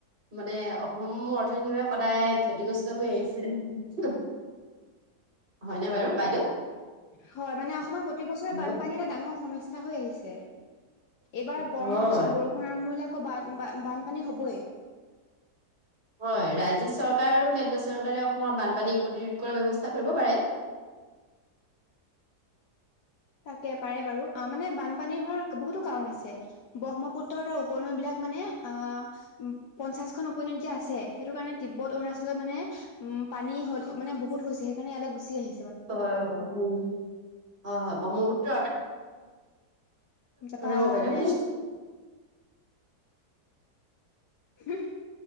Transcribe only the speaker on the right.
মানে সমূ অৰ্থনীতিৰভাৱে সদায়
ক্ষতিগ্ৰস্ত হৈ আহিছে। হয়নে বাৰু বাইদেউ।
হেল্ল'
হয়
হয় ৰাজ্যিক চৰকাৰ আৰু কেন্দ্ৰীয় চৰকাৰে অসমৰ বানপানী প্ৰতিৰোধ কৰাৰ ব্যৱস্থা কৰিব পাৰে।
হয় হয় হয় হয় ব্ৰহ্মপুত্ৰ
ৰব বাইদেউ
ম